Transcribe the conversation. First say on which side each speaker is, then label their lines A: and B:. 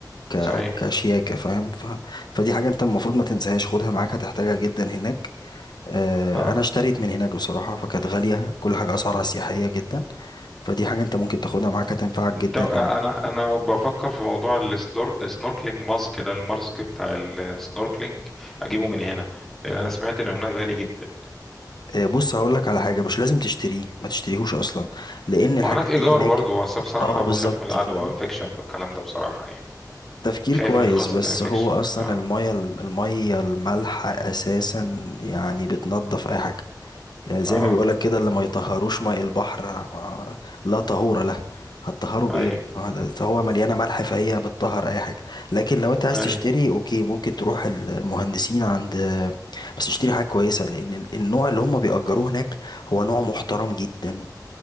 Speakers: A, on the left; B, in the centre.
A: ك
B: صحيح
A: كشياكه فاهم ف فدي حاجه انت المفروض ما تنساهاش خدها معاك هتحتاجها جدا هناك آه
B: اه
A: انا اشتريت من هناك بصراحه فكانت غاليه كل حاجه اسعارها سياحيه
B: مم.
A: جدا فدي حاجه انت ممكن تاخدها معاك هتنفعك جدا
B: ده انا انا بفكر في موضوع السلور السنوركلينج ماسك ده الماسك بتاع السنوركلينج اجيبه
A: هناك
B: من هنا لان انا سمعت ان هناك غالي جدا
A: آه، بص هقول لك على حاجه مش لازم تشتريه ما تشتريهوش اصلا لان الحاجات
B: ما هناك ايجار
A: دي هناك
B: برضو بس أنا بصراحه
A: اه بالظبط
B: بخاف من العدوى
A: فاهم
B: انفكشن بالكلام ده بصراحه يعني
A: تفكير
B: خايف
A: كويس
B: من قصه
A: بس
B: الانفكشن
A: هو اصلا
B: اه
A: الميه الميه المالحه اساسا يعني بتنضف اي حاجه يعني زي
B: اه
A: ما بيقولك كده اللي ما يطهروش ماء البحر ما لا طهور له هتطهروا بايه
B: اي
A: ما ده- ده هو مليانه ملح فهي بتطهر اي حاجه لكن لو انت عايز
B: اي
A: تشتري اوكي ممكن تروح ال- المهندسين عند بس اشتري حاجه كويسه لان ال- النوع اللي هم بيأجروه هناك هو نوع محترم جدا